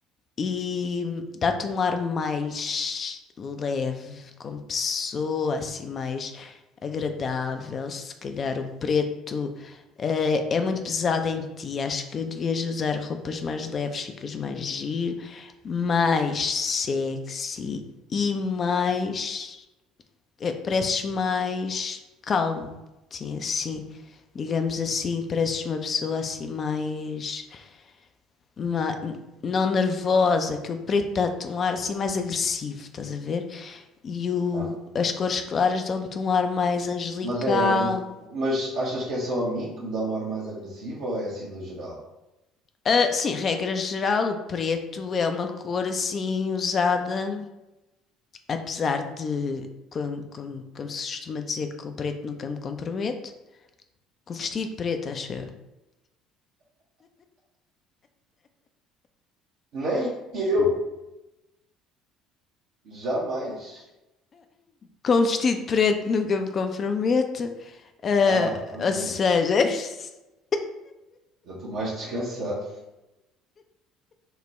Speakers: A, on the left; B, on the right.
A: e dá-te um ar mais leve, como pessoa, assim, mais agradável, se calhar o preto. Eh, é muito pesada em ti. Acho que devias usar roupas mais leves, ficas mais giro, mais sexy e mais. eh, pareces mais calmo. Sim, assim. Digamos assim, pareces uma pessoa assim mais. ma- não nervosa, que o preto dá-te um ar assim mais agressivo, estás a ver? E o,
B: ah.
A: as cores claras dão-te um ar mais angelical.
B: Mas é, hum, mas achas que é só a mim que me dá um ar mais agressivo ou é assim no geral?
A: Ah, sim, regra geral, o preto é uma cor assim usada, apesar de, como, como, como se costuma dizer, que o preto nunca me compromete, com o vestido preto, acho eu.
B: Nem eu, jamais.
A: Com o vestido preto nunca me comprometo, ah,
B: Ah, amém.
A: ou seja. <laughs>
B: Eu estou mais descansado.